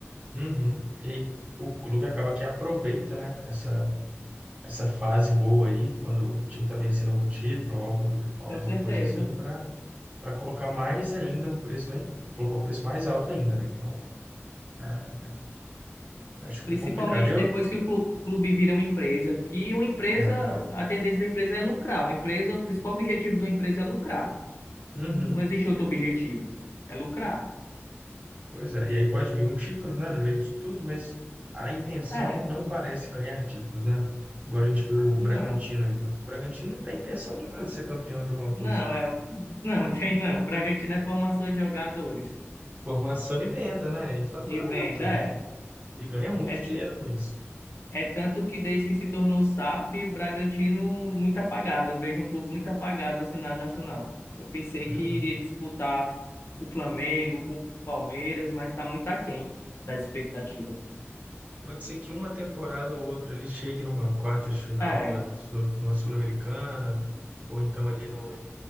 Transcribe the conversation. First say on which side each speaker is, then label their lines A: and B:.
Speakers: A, on the right; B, on the left.
A: Uhum. E aí o clube acaba que aproveita, né, essa, essa fase boa aí, quando o time está vencendo algum título ou algo do, alguma
B: Com certeza.
A: coisa assim, para para colocar mais ainda o preço lá, em- colocar o preço mais alto ainda, né? Então, é, acho que fica
B: Principalmente
A: complicado. Eu,
B: depois que o clu- clube vira uma empresa, que uma empresa,
A: é,
B: a tendência da empresa é lucrar. Uma empresa, o principal objetivo de uma empresa é lucrar.
A: Uhum.
B: Não existe outro objetivo. É lucrar?
A: Pois é, e aí pode vir um título, né, no meio disso tudo, mas a intenção
B: É,
A: não parece ganhar títulos, né? Igual a gente viu o
B: não.
A: Bragantino aí. O Bragantino não tem intenção de nada de ser campeão de alguma
B: Não,
A: coisa.
B: é, não, <laughs> tem não. O Bragantino é formação de jogadores
A: Formação e venda, né? E fatura
B: e venda,
A: muito
B: é.
A: e ganha muito
B: É,
A: dinheiro com isso.
B: é tanto que desde que se tornou SAF, o Bragantino muito apagado. Eu vejo um clube muito apagado no cenário nacional. Eu pensei
A: Uhum.
B: que iria disputar com o Flamengo, com o Palmeiras, mas está muito aquém das expectativas.
A: Pode ser que uma temporada ou outra ele chegue numa quarta de final
B: É,
A: da Sul- de uma Sul-Americana, ou então ali no,